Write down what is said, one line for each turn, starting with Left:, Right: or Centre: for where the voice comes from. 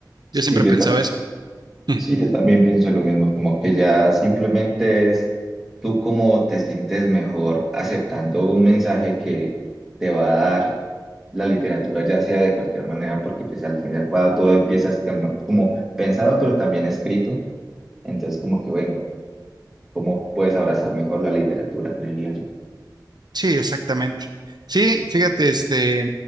Centre: Sí,
Right: Yo siempre
Centre: yo
Right: pensaba eso. <laughs>
Centre: Sí, yo también pienso lo mismo, como que ya simplemente es tú cómo te sientes mejor aceptando un mensaje que te va a dar la literatura, ya sea de cualquier manera, porque pues al final cuando todo empieza a estar ma- como pensado, pero también escrito, entonces como que bueno, cómo puedes abrazar mejor la literatura, creería yo.
Right: Sí, exactamente. Sí, fíjate, este,